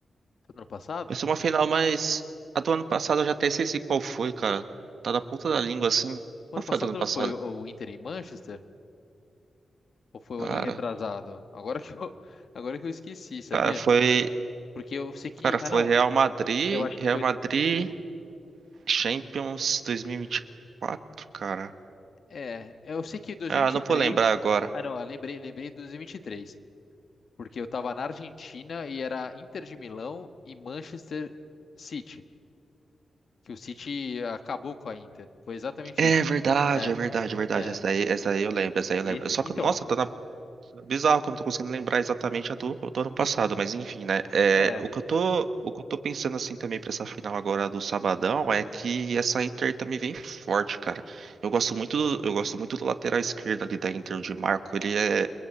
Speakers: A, on the left; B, on the right.
A: Foi do ano passado?
B: Vai ser uma final, mas a do ano passado eu já até esqueci qual foi, cara. Tá na ponta da língua, assim.
A: O
B: Qual
A: ano
B: foi
A: passado
B: a do ano passado?
A: foi o o Inter em Manchester? Ou foi
B: Cara,
A: o ano retrasado? Agora que eu, <laughs> agora que eu esqueci, sabia?
B: cara, foi,
A: Porque eu sei que.
B: cara, foi
A: Ah, não.
B: Real Madrid,
A: Eu acho
B: Real
A: que foi
B: Madrid Champions 2024, cara.
A: É, é, eu sei que 2023.
B: Ah, não vou lembrar agora.
A: Ah, não, eu lembrei, lembrei de 2023, porque eu tava na Argentina e era Inter de Milão e Manchester City, que o City acabou com a Inter. Foi exatamente
B: É
A: isso.
B: verdade,
A: É,
B: é verdade, é verdade.
A: é.
B: Essa daí, essa daí eu lembro, essa daí
A: Esse,
B: eu lembro. Só
A: então,
B: que, nossa, tá na... bizarro que eu não tô conseguindo lembrar exatamente a do, do ano passado, mas enfim, né? É,
A: é,
B: o que eu tô, o que eu tô pensando assim também pra essa final agora do Sabadão é que essa Inter também vem forte, cara. Eu gosto muito do, eu gosto muito do lateral esquerdo ali da Inter, o Di Marco. Ele é,